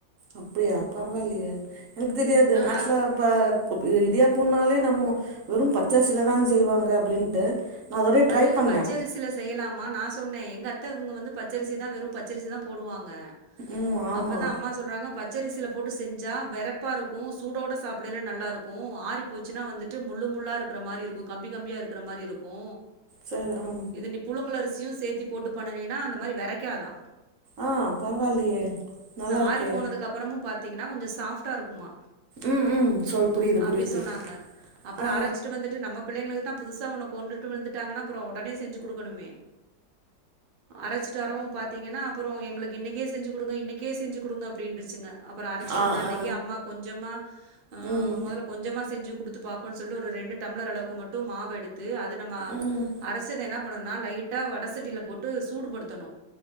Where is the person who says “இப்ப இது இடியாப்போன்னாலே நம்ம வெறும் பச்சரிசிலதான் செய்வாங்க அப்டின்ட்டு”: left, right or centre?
Right